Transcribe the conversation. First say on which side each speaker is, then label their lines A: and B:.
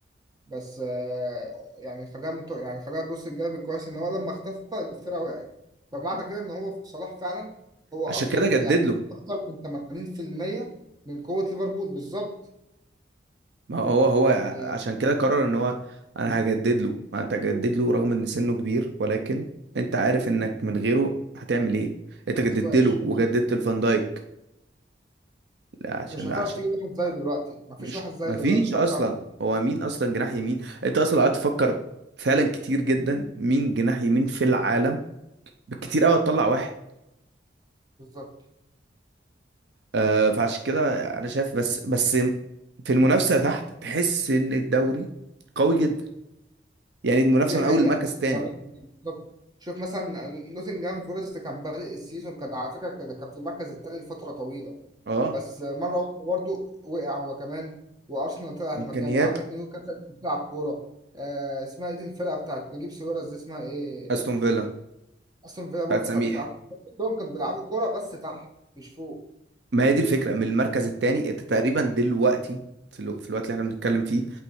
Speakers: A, on the right (about 20°); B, on the right (about 70°).
A: بس آه، يعني خلينا مت- يعني خلينا نبص الجانب الكويس إن هو لما اختفى الفرقة وقعت فمعنى كده إن هو صلاح فعلا هو أكتر
B: عشان كده جدد
A: يعني
B: له
A: أكتر من 80% من قوة ليفربول بالظبط
B: ما هو هو
A: يعني
B: ع- عشان كده قرر ان هو انا هجدد له ما انت هجدد له رغم ان سنه كبير ولكن انت عارف انك من غيره هتعمل ايه انت
A: ما بتسواش
B: جددت له
A: مش
B: وجددت
A: هت-
B: الفان دايك لا عشان
A: مش
B: لا
A: هتعرف
B: عشان
A: تجيب واحد زيه دلوقتي ما فيش
B: مش
A: واحد زيه
B: ما
A: دلوقتي
B: فيش
A: خالص
B: اصلا
A: تعرف
B: هو مين اصلا جناح يمين انت اصلا قعدت تفكر فعلا كتير جدا مين جناح يمين في العالم بالكتير قوي تطلع واحد
A: بالظبط
B: آه فعشان كده انا شايف بس بس في المنافسه تحت تحس ان الدوري قوي جدا يعني المنافسه
A: دي حقيقة
B: من اول المركز
A: يعني
B: الثاني
A: كمان- بالظبط شوف مثلا نوتنجهام فورست كان بادئ السيزون كان على فكرة كان كان في المركز التاني لفترة طويلة
B: اه
A: بس مرة واحدة برضه وقع هو كمان وأرسنال طلعت
B: امكانيات
A: مكانه وعندك نيوكاسل بتلعب كورة آه اسمها ايه دي الفرقة بتاعت نجيب ساويرس دي اسمها ايه
B: استون
A: آه،
B: فيلا
A: أستون فيلا برضه
B: بتاعت سميح
A: كانت بتلعب كورة كلهم كانوا بيلعبوا كورة بس تحت مش فوق
B: ما هي دي الفكره من المركز الثاني انت تقريبا دلوقتي في, الو... في الوقت اللي احنا بنتكلم فيه